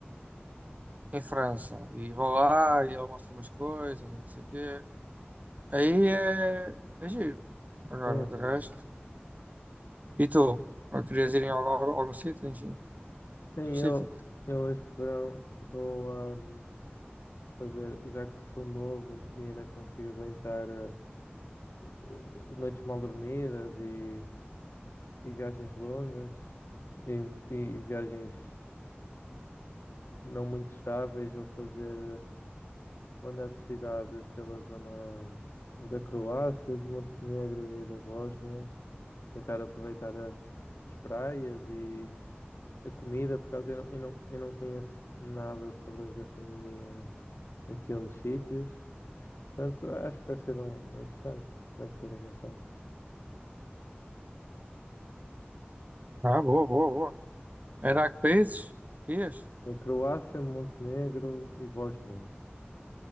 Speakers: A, on the right; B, on the left.
A: em França. E vou lá e ele mostra umas coisas e não sei o quê. Aí é, é giro. Agora,
B: Sim, é verdade.
A: de resto. E tu? Ou querias ir em algum, algum sítio em
B: Sim,
A: específico?
B: eu, eu este verão vou ahm, fazer, já que sou novo e ainda consigo aguentar. eh, eh, noites mal dormidas e, e viagens longas e, e viagens não muito estáveis. Vou fazer eh, andar por cidades pela zona da Croácia, de Montenegro e da Bósnia, tentar aproveitar a- as praias e a comida, por causa eu não, eu não, eu não conheço nada sobre a gastronomia daqueles sítios. Portanto, acho que vai ser um, um interessante, vai ser engraçado.
A: Ah, boa, boa, boa. Era
B: sim.
A: a que países? Que ias?
B: A Croácia, Montenegro e Bósnia.